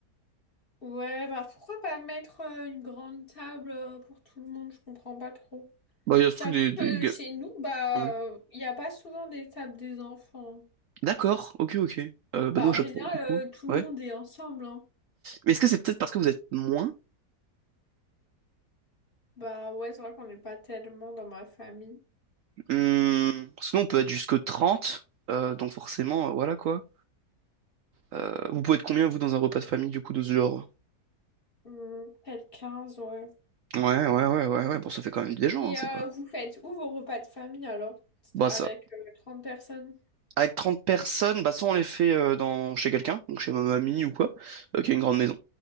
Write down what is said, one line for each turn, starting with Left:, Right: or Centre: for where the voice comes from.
Left: Ouais, bah pourquoi pas mettre euh, une grande table euh, pour tout le monde? Je comprends pas trop.
Right: Bah, il y a ce
Left: J'avoue
Right: truc des, des...
Left: que
Right: ga-
Left: chez nous, bah,
Right: Ouais.
Left: euh, il n'y a pas souvent des tables des enfants.
Right: D'accord, ok, ok. Euh, bah,
Left: Bah,
Right: nous, à
Left: en
Right: chaque
Left: général,
Right: fois, du coup.
Left: euh, tout
Right: Ouais.
Left: le monde est ensemble, hein.
Right: Mais est-ce que c'est peut-être parce que vous êtes moins?
Left: Bah ouais, c'est vrai qu'on n'est pas tellement dans ma famille.
Right: Hum, parce on peut être jusque 30 euh, donc forcément, euh, voilà quoi. Euh, vous pouvez être combien, vous, dans un repas de famille, du coup, de ce genre?
Left: Hmm, peut-être quinze ouais.
Right: Ouais, ouais, ouais, ouais, ouais, bon, ça fait quand même des gens,
Left: Mais
Right: hein, c'est
Left: euh,
Right: pas...
Left: vous faites où vos repas de famille alors? C'est
Right: Bah,
Left: Avec
Right: ça...
Left: euh, 30 personnes?
Right: Avec 30 personnes, bah, soit on les fait euh, dans... chez quelqu'un, donc chez ma mamie ou quoi, euh, qui a une grande maison.